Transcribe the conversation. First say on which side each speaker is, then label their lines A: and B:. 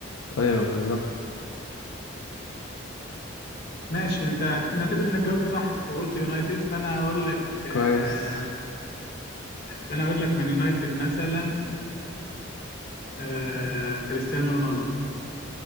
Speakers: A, on the left; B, on the left.
A: ايوه بالظبط
B: ماشي انت نعتبر انك جاوبته صح وقلت يونايتد فانا هقول لك آه،
A: كويس
B: فانا هقول لك من يونايتد مثلا آه، كريستيانو رونالدو